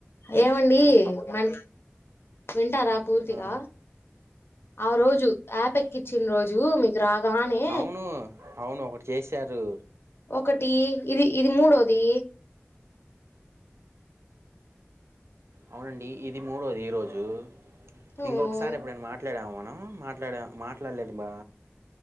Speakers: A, on the left; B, on the right.
A: ఏవండి మ వింటారా పూర్తిగా
B: ఆ,
A: ఆ రోజు యాప్ ఎక్కించిన రోజు మీకు రా రానే
B: అవును అవును ఒకటి చేశారు
A: ఒకటి ఇది ఇది మూడోది
B: అవునండి ఇది మూడోది ఈరోజు
A: అవును
B: ఇంకొకసారి ఎప్పుడైన మాట్ ట్లాడామా మనం మాట్లాడ మాట్లాడలేదు బా